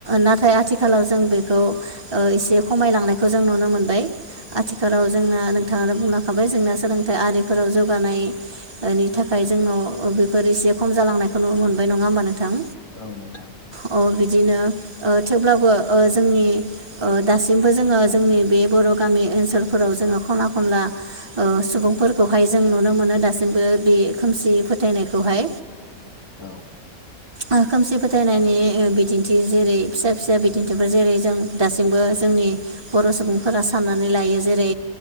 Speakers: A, on the right (about 40°); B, on the left (about 75°).
A: नाथाय आथिखालाव जोंबो खौ एसे खमायलांनायखौ जों नुनो मोनबाय आथिखालाव जोंना नोंथाङानो बुंलांखाबाय जोंना सोलोंथाइ आरिफोराव जौगानायनि थाखाय जोंनाव बेफोर एसे खम जालांनायखौ नुनो मोनबाय नङा होमबा नोंथां?
B: औ नोंथां
A: अ बिदिनो ओ थेवब्लाबो जोंनि ओ दासिमबो जोङो जोंनि बे बर' गामि ओनसोलफोराव जोङो खना खनला सुबुंफोरखौहाय जों नुनो मोनो दासिमबो बे खोमसि फोथायनायखौहाय
B: औ
A: ओ खोमसि फोथायनायनि बिदिन्थि जेरै फिसा फिसा बिदिन्थिफोर जेरै जों दासिमबो जोंनि बर' सुबुंफोरा साननानै नानै लायो जेरै